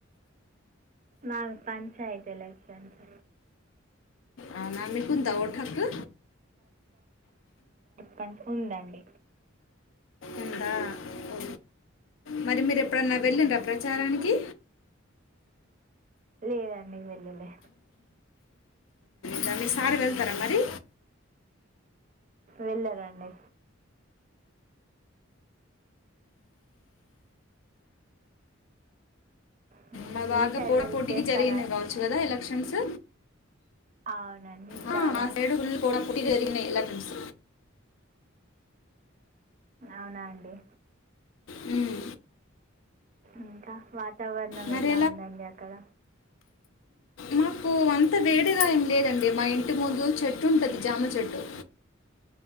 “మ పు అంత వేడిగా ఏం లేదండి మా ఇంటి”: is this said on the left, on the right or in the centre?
Left